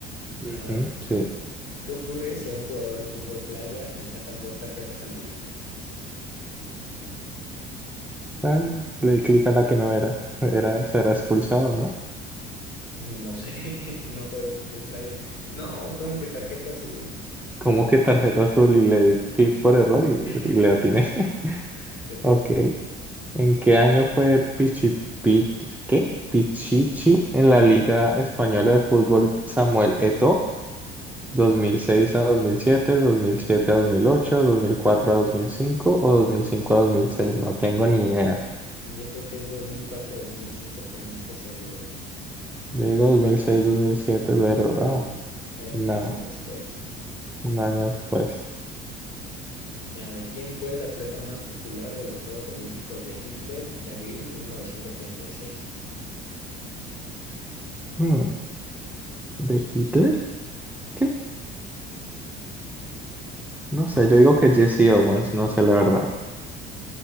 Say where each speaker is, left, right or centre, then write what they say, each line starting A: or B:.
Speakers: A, in the centre; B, on the left.
A: ujú,
B: A ver.
A: sí.
B: ¿Qué ocurre si a un jugador de fútbol playa le sacan dos tarjetas amarillas?
A: Ay, le di clic a la que no era. Era, será expulsado, ¿no?
B: No sé, <laughs> no juego fútbol playa. No, ¿cómo que tarjeta azul?
A: ¿Cómo que tarjeta azul? Y le di clic por error y,
B: <laughs>
A: y le atiné. <laughs>
B: Te toca.
A: Ok. ¿En qué año fue Pichi, Pi- ¿qué? Pichichi en la Liga Española de Fútbol Samuel Eto'o? ¿2006 a 2007, 2007 a 2008, 2004 a 2005 o 2005 a 2006? No tengo ni idea.
B: Yo creo que es dos dos mil cuatro, dos mil cinco, pero no estoy seguro, eh.
A: Yo digo 2006, 2007, pero
B: Uy,
A: ah,
B: era
A: no,
B: un año después.
A: un año después.
B: A ver, ¿quién fue el atleta más popular de los Juegos Olímpicos de Hitler, Berlín, 1936?
A: Hmm, ¿De Hitler? ¿Qué? No sé, yo digo que Jesse Owens, no sé la verdad.